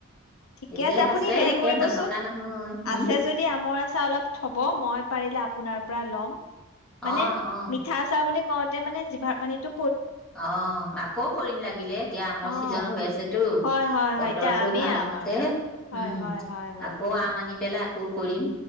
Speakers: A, on the left (about 75°); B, in the centre.
A: ঠিকে
B: এতিয়া
A: আছে আপুনি হেৰি
B: একে
A: কৰিবচোন,
B: নথকা নহয় উম,
A: আছে যদি আমৰ আচাৰ অলপ। অ' মই পাৰিলে আপোনাৰ পৰা ল'ম। মানে,
B: অ', অ',
A: মিঠা আচাৰ বুলি- কওঁতে মানে জিভাৰ পানী তো
B: অ' আকৌ কৰিম লাগিলে এতিয়া আমৰ
A: অ'
B: ছিজন হৈ আছেতো
A: হয় হয় হয়
B: বতৰটো
A: এতিয়া আমেই
B: ভাল
A: আম
B: হওঁতে
A: আৰু হয়
B: উম,
A: হয় হয় হয়
B: আকৌ
A: হয়
B: আম আনি পেলাই আকৌ কৰিম।